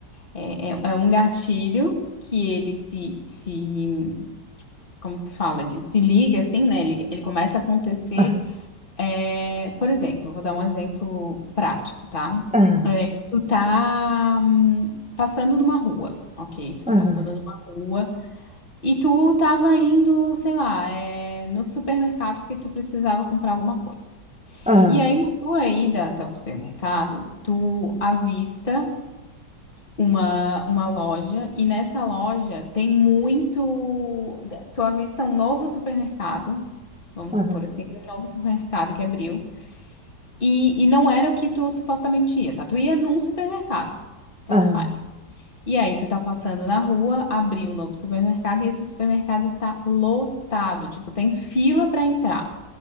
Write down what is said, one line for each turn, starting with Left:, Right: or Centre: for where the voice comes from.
Left: É, é, é um gatilho que ele se, se, como que fala? Ele se liga assim, né? Ele, ele começa a acontecer
Centre: Aham,
Left: É, por exemplo, vou dar um exemplo prático, tá?
Centre: aham,
Left: É, tu tá hum, passando numa rua, ok? Tu
Centre: aham,
Left: tá passando numa rua e tu tava indo, sei lá, é, no supermercado porque tu precisava comprar alguma coisa.
Centre: aham,
Left: E aí, na tua ida até o supermercado, tu avista uma, uma loja e nessa loja tem muito. Tu avista um novo supermercado, vamos
Centre: aham.
Left: supor assim, um novo supermercado que abriu. E, e não era o que tu supostamente ia, tá? Tu ia num supermercado, tanto
Centre: Aham,
Left: faz. E aí tu tá passando na rua, abriu um novo supermercado e esse supermercado está lotado, tipo, tem fila pra entrar.